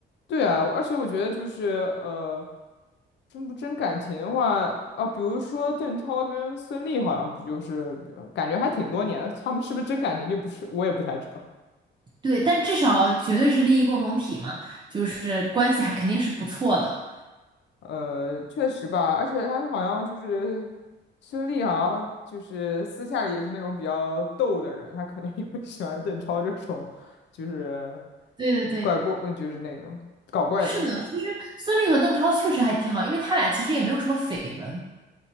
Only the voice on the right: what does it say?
对，但至少绝对是利益共同体嘛，就是关系还肯定是不错的。
对对对，
是的，其实孙俪和邓超确实还挺好，因为他俩其实也没有什么绯闻。